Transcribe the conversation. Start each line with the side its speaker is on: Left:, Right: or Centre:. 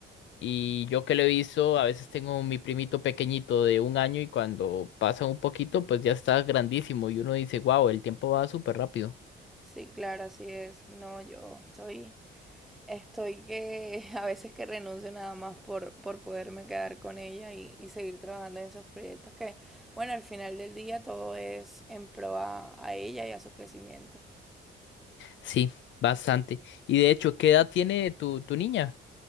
Left: y yo que lo he visto, a veces tengo mi primito pequeñito de un año y cuando pasa un poquito, pues ya está grandísimo y uno dice, wow, el tiempo va súper rápido.
Centre: Sí, claro, así es. No, yo estoy, estoy que <laughs> a veces que renuncio nada más por, por poderme quedar con ella y, y seguir trabajando en esos proyectos que, bueno, al final del día todo es en pro a, a ella y a su crecimiento.
Left: Sí, bastante. Y de hecho, ¿qué edad tiene tu, tu niña?